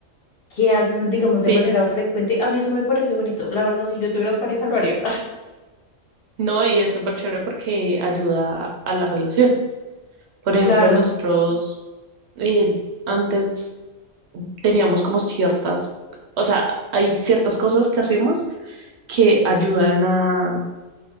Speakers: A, on the left (about 55°); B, on the right (about 65°).
A: que hagan, digamos,
B: Sí,
A: de manera frecuente, a mí eso me parece bonito, la verdad, si yo tuviera pareja lo haría,
B: no, y es súper chévere porque ayuda a la relación. Por ejemplo,
A: <laughs>
B: nosotros
A: claro.
B: eh, antes teníamos como ciertas, o sea, hay ciertas cosas que hacemos que ayudan a,